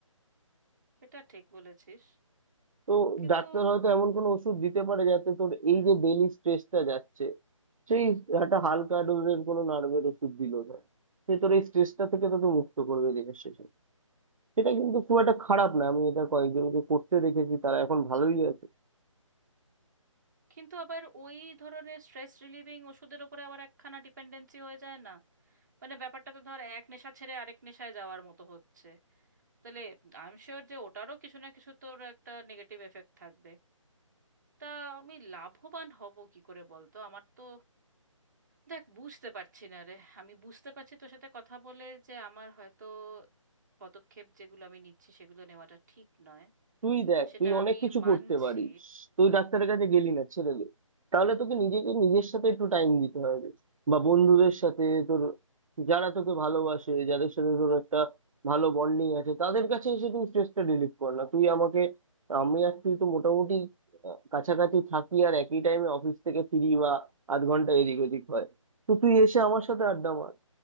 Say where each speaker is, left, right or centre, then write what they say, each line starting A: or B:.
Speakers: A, on the right; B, on the right.
A: সেটা ঠিক বলেছিস
B: তো
A: কিন্তু
B: ডাক্তার হয়তো এমন কোনো ওষুধ দিতে পারে যাতে তোর এই যে ডেইলি স্ট্রেসটা যাচ্ছে সেই একটা হালকা ডোজের কোনো নার্ভের ওষুধ দিল সে তোর এই স্ট্রেসটা থেকে তোকে মুক্ত করবে দিনের শেষে সেটা কিন্তু খুব একটা খারাপ না আমি এটা কয়েকজনকে করতে দেখেছি তারা এখন ভালোই আছে
A: কিন্তু আবার ওই ধরনের স্ট্রেস রিলিভিং ওষুধের ওপরে আবার একখানা ডিপেন্ডেন্সি হয়ে যায় না মানে ব্যাপারটা তো ধর এক নেশা ছেড়ে আরেক নেশায় যাওয়ার মতো হচ্ছে তাহলে আই এম শিওর যে ওটারও কিছু না কিছু তোর একটা নেগেটিভ এফেক্ট থাকবে তা আমি লাভবান হব কি করে বলতো আমার তো দেখ বুঝতে পারছি না রে আমি বুঝতে পারছি তোর সাথে কথা বলে যে আমার হয়তো পদক্ষেপ যেগুলো আমি নিচ্ছি সেগুলো নেওয়াটা ঠিক নয়
B: তুই দেখ
A: সেটা
B: তুই অনেক
A: আমি
B: কিছু
A: মানছি
B: করতে পারিস তুই ডাক্তারের কাছে গেলি না ছেড়ে দে তাহলে তোকে নিজেকে নিজের সাথে একটু টাইম দিতে হবে বা বন্ধুদের সাথে তোর যারা তোকে ভালোবাসে যাদের সাথে তোর একটা ভালো বন্ডিং আছে তাদের কাছে এসে তুই স্ট্রেসটা রিলিফ কর না তুই আমাকে আমি আর তুই তো মোটামুটি আহ, কাছাকাছি থাকি আর একই টাইমে অফিস থেকে ফিরি বা আধ ঘন্টা এদিক ওদিক হয় তো তুই এসে আমার সাথে আড্ডা মার